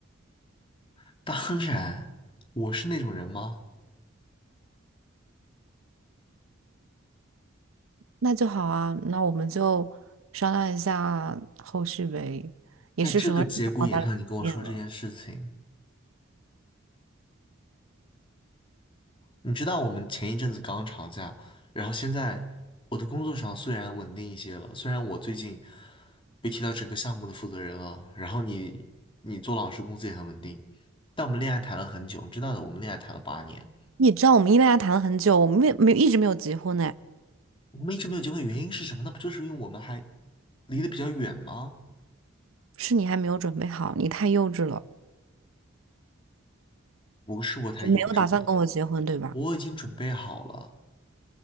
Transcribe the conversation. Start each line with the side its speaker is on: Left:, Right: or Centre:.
Left: <laughs> 当然，我是那种人吗？
Right: 那就好啊，那我们就商量一下后续呗。也是时候让双方家长见面了。
Left: 在这个节骨眼上，你跟我说这件事情，你知道我们前一阵子刚吵架，然后现在我的工作上虽然稳定一些了，虽然我最近被提到整个项目的负责人了，然后你你做老师工资也很稳定，但我们恋爱谈了很久，你知道的，我们恋爱谈了八年，
Right: 你知道我们一恋爱谈了很久，我们没没一直没有结婚呢，
Left: 我们一直没有结婚，原因是什么？那不就是因为我们还离得比较远吗？
Right: 是你还没有准备好，你太幼稚了。
Left: 不是我太幼稚了，
Right: 你没有打算跟我结婚，对吧？
Left: 我已经准备好了，